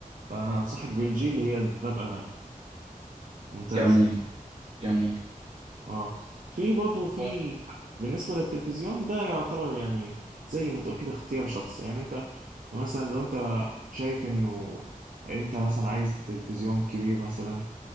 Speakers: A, on the right (about 65°); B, on the right (about 40°).
A: فانا انصحك بالجي اللي هي باب امامي ممتازه
B: جميل جميل
A: اه في برضه في
B: طيب.
A: بالنسبه للتلفزيون ده يعتبر يعني زي ما تقول كده اختيار شخصي يعني انت مثلا لو انت شايف انه انت مثلا عايز تلفزيون كبير مثلا